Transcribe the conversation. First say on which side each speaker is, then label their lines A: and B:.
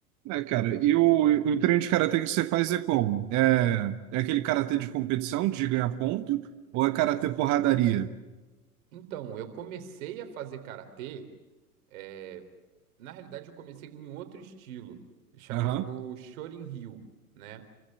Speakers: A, on the right; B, on the right.
A: É, cara, e o, e o treino de karatê que você faz é como? É, é aquele karatê de competição, de ganhar ponto, ou é karatê porradaria?
B: Então, eu comecei a fazer karatê. é, Na realidade, eu comecei em outro estilo, chamado
A: Aham,
B: Shorin-ryu, né?